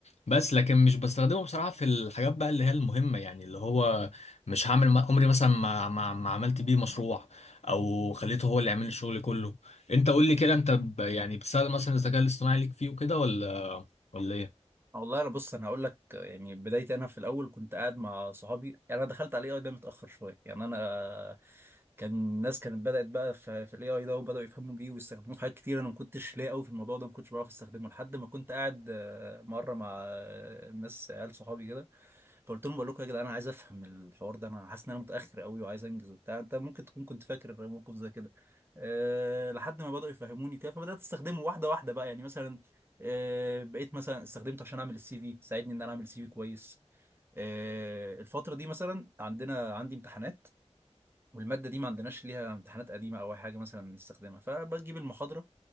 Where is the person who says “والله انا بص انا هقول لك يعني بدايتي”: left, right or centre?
Right